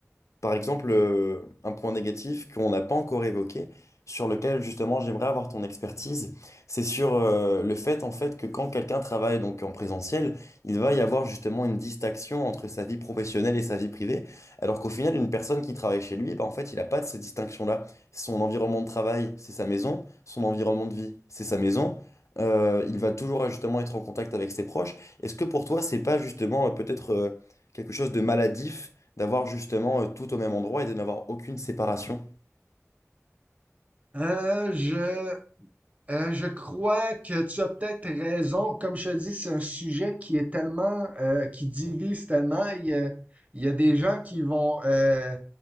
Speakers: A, on the left; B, on the right.
A: par exemple, euh, un point négatif qu'on n'a pas encore évoqué, sur lequel justement j'aimerais avoir ton expertise, c'est sur euh, le fait en fait que quand quelqu'un travaille donc en présentiel, il va y avoir justement une distinction entre sa vie professionnelle et sa vie privée, alors qu'au final une personne qui travaille chez lui, bah, en fait il n'a pas de ces distinctions-là. Son environnement de travail, c'est sa maison, son environnement de vie, c'est sa maison. Euh, il va toujours justement être en contact avec ses proches. Est-ce que pour toi c'est pas justement euh, peut-être euh, quelque chose de maladif? d'avoir justement euh, tout au même endroit et de n'avoir aucune séparation.
B: Euh, je, euh, je crois que tu as peut-être raison. Comme je te dis, c'est un sujet qui est tellement, euh, qui divise tellement. Il y a, il y a des gens qui vont, euh,